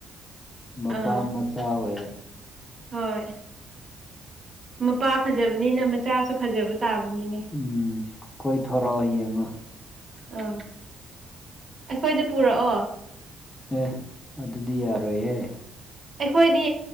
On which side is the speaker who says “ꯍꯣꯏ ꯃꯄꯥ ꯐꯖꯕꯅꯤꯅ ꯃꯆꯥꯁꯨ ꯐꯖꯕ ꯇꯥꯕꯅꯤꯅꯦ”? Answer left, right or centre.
Right